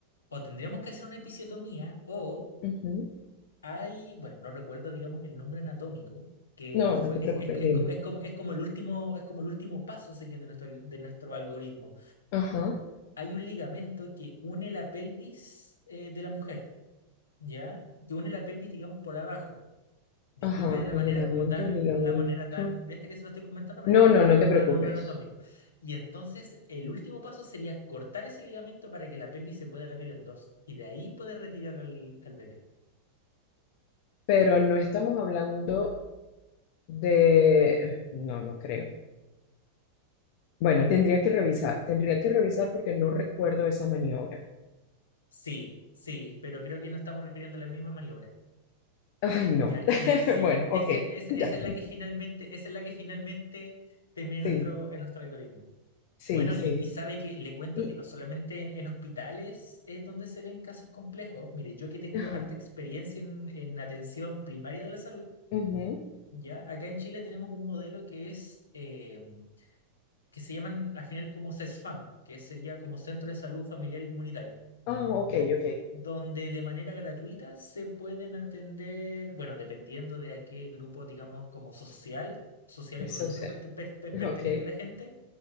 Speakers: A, on the left (about 70°); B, on the left (about 45°).
A: o tendríamos que hacer una episiotomía, o
B: ujú.
A: hay, bueno, no recuerdo, digamos, el nombre anatómico, que
B: No,
A: fue,
B: no te preocupes,
A: es, es- es
B: dime.
A: co- es como, es como el último, es como el último paso, así que, de nuestro, de nuestro algoritmo.
B: Ajá,
A: Hay un ligamento que une la pelvis, eh, de la mujer, ¿ya? Que une la pelvis, digamos, por abajo. Disculpe
B: ajá,
A: de la
B: el
A: manera
B: ligamento,
A: como tan,
B: el ligamento.
A: la manera tan de este que se lo estoy comentando, pero
B: No,
A: en este momento
B: no, no
A: no recuerdo
B: te preocupes.
A: el nombre anatómico. Y entonces el último paso sería cortar ese ligamento para que la pelvis se pueda abrir en dos y de ahí poder retirar al, al bebé.
B: Pero no estamos hablando de... No, no creo. Bueno, tendría que revisar, tendría que revisar porque no recuerdo esa maniobra.
A: Sí, sí, pero creo que no estamos refiriendo a la misma maniobra.
B: Ay, no.
A: Ya,
B: <laughs>
A: y sí,
B: Bueno, ok,
A: ese, ese-
B: ya.
A: esa es la que finalmente, esa es la que finalmente termina
B: Sí,
A: en nuestro, en nuestro algoritmo.
B: sí,
A: Bueno,
B: sí.
A: y, y sabe que le cuento
B: Y,
A: que no solamente en, en hospitales es donde se ven casos complejos. Mire, yo que tengo
B: ajá,
A: harta experiencia en, en atención primaria de la salud,
B: ujú.
A: ¿ya? Acá en Chile tenemos un modelo que es, eh, que se llaman al final como CESFAM, que sería como Centro de Salud Familiar y comunitaria
B: Ah, ok,
A: ¿ya?
B: ok.
A: Donde de manera gratuita se pueden atender, bueno, dependiendo de a qué grupo, digamos, como social, social
B: Eso
A: económico
B: sea,
A: perte- per- per- pertenezca
B: ok.
A: la gente